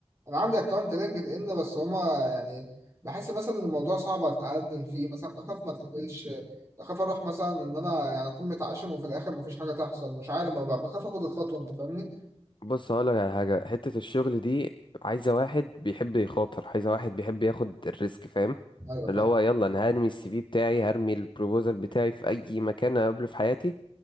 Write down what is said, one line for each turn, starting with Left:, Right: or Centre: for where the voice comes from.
Right: انا عندي اكونت لينكد ان بس هما يعني بحس مثلا ان الموضوع صعب اتقدم فيه مثلا بخاف ما تقبلش بخاف اروح مثلا ان انا يعني اكون متعشم وفي الاخر مفيش حاجه تحصل مش عارف ما بخاف اخد الخطوه انت فاهمني؟
Left: بص هقولك على حاجة حتة الشغل دي عايزة واحد بيحب يخاطر عايزة واحد بيحب ياخد الريسك فاهم
Right: ايوه فاهم
Left: اللي هو يلا انا هرمي السي في بتاعي هرمي البروبوزال بتاعي في اي مكان اقابله في حياتي